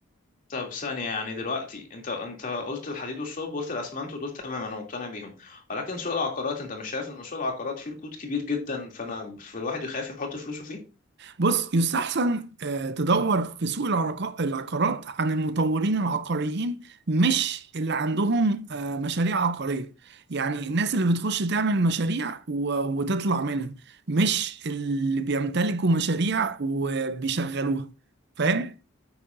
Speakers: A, on the left; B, on the right.
A: طب ثانية يعني دلوقتي انت انت قلت الحديد والصلب وقلت الاسمنت ودول تمام انا مقتنع بيهم ولكن سوق العقارات انت مش شايف ان سوق العقارات فيه ركود كبير جدا فانا في الواحد يخاف يحط فلوسه فيه
B: بص يستحسن آه، تدور في سوق العرق- العقارات عن المطورين العقاريين مش اللي عندهم آه، مشاريع عقارية يعني الناس اللي بتخش تعمل مشاريع و- وتطلع منها مش اللي بيمتلكوا مشاريع وبيشغلوها فاهم